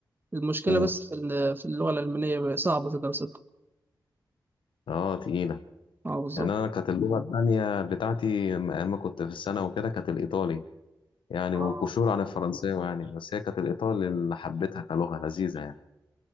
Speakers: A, on the right; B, on the left.
A: المشكلة
B: أمم،
A: بس في ال- في اللغة الألمانية بقى صعبة في دراستها
B: اه تقيلة
A: اه بالظبط
B: يعني أنا كانت اللغة التانية بتاعتي أيام ما كنت في السنة وكده كانت الإيطالي يعني
A: اه
B: وكشور عن الفرنساوي يعني بس هي كانت الإيطالي اللي حبيتها كلغة لذيذة يعني